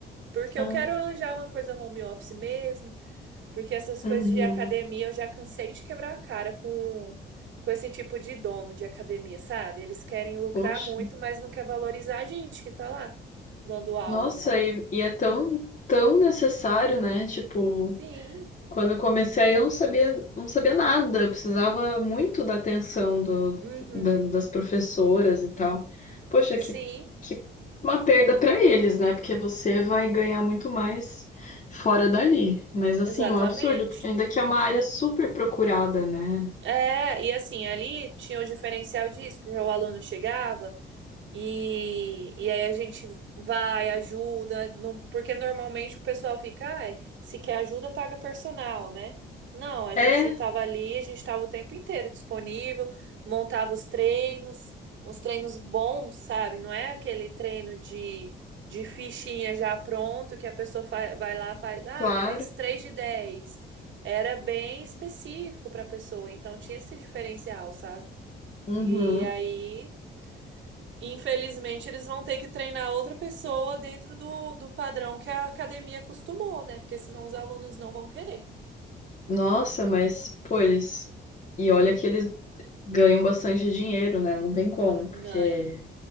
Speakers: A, on the right; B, on the left.
A: Porque
B: Ah,
A: eu quero arranjar uma coisa home office mesmo. Porque essas coisas
B: uhum.
A: de academia eu já cansei de quebrar a cara com, com esse tipo de dono de academia, sabe? Eles querem lucrar
B: Poxa.
A: muito, mas não quer valorizar a gente que tá lá dando aula,
B: Nossa,
A: né?
B: e, e é tão, tão necessário, né? Tipo,
A: Sim.
B: Quando eu comecei aí, eu não sabia, não sabia nada. Eu precisava muito da atenção do,
A: Uhum.
B: da- das professoras e tal. Poxa,
A: Sim,
B: que, que uma perda para eles, né? Porque você vai ganhar muito mais fora dali. Mas assim,
A: exatamente.
B: um absurdo, porque ainda que é uma área super procurada, né?
A: É, e assim, ali tinha o diferencial disso, porque o aluno chegava, E, e aí a gente vai, ajuda, não, porque normalmente o pessoal fica, ai, se quer ajuda, paga personal, né? Não, a
B: É,
A: gente estava ali, a gente estava o tempo inteiro disponível, montava os treinos, uns treinos bons, sabe? Não é aquele treino de, de fichinha já pronto que a pessoa fa- vai lá faz, ah,
B: claro.
A: faz 3 de dez Era bem específico para a pessoa, então tinha esse diferencial, sabe?
B: Uhum.
A: E aí Infelizmente, eles vão ter que treinar outra pessoa dentro do, do padrão que a academia acostumou, né? Porque senão os alunos não vão querer.
B: Nossa, mas, pô, eles. E olha que eles ganham bastante dinheiro, né? Não tem como, porque
A: Ganha.